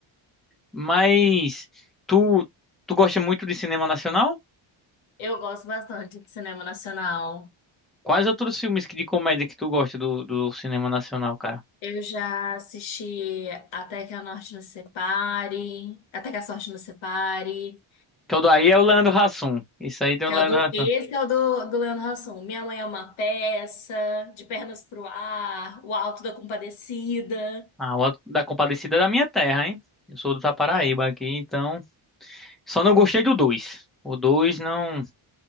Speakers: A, in the centre; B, on the left.
A: Mas tu tu gosta muito de cinema nacional?
B: Eu gosto bastante de cinema nacional.
A: Quais outros filmes que- de comédia que tu gosta do, do cinema nacional, cara?
B: Eu já assisti Até que a Norte nos Separe, Até que a Sorte nos Separe,
A: Que é o daí é o Leandro Hassum. Isso aí tem
B: que
A: o Leandro
B: é o do,
A: Hassum.
B: esse é o do, do Leandro Hassum. Minha Mãe é uma Peça, De Pernas pro Ar, O Alto da Compadecida.
A: Ah, o Auto da Compadecida é da minha terra, hein? Eu sou do Paraíba
B: É,
A: aqui, então só não gostei do dois. O dois não.